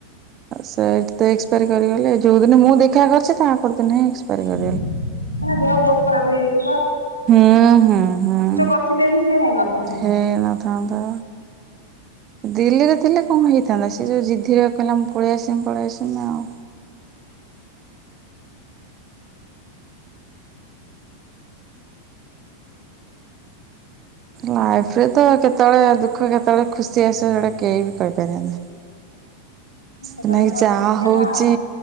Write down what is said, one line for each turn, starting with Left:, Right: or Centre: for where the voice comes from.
Right: ସେ ତ ଏକ୍ସପାୟାରୀ କରିଗଲେ ଯେଉ ଦିନ ମୁଁଦେ ତା ପର ଦିନ ହିଁ ଏକ୍ସ୍ପରି କରିଗଲେ।
Left: ଦେହ ବହୁତ ଖରାପ ହେଇଯାଇଛି।
Right: ହୁଁ ହୁଁ ହୁଁ
Left: କରିଥିଲେ ବି ସେ ହେଇନଥାନ୍ତା।
Right: ହେଇନଥାନ୍ତା ଦିଲ୍ଲୀରେ ଥିଲେ କଣ ହେଇଥାନ୍ତା, ସିଏ ଯୋଉ ଜିଦ୍ଦିରେ କହିଲା ମୁଁ ପଳେଇ ଆସିମି ପଳେଇ ଆସିମି ଆଉ। ଲାଇଫରେ ତ କେତେବେଳେ ଦୁଃଖ କେତେବେଳେ ଖୁସି ଆସେ ସେଟା କେହି ବି କହିପାରିବନି।
Left: ସେଟା ତ
Right: ନାଇକି
Left: କହିପାରିବାନି
Right: ଚା
Left: କାହିଁକି
Right: ହଉଚି।
Left: ନା